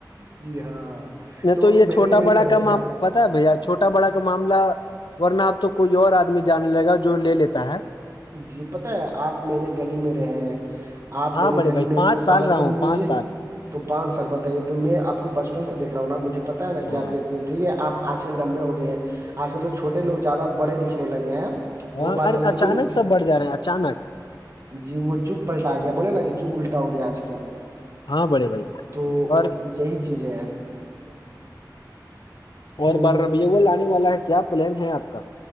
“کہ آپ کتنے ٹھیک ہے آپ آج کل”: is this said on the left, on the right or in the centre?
Right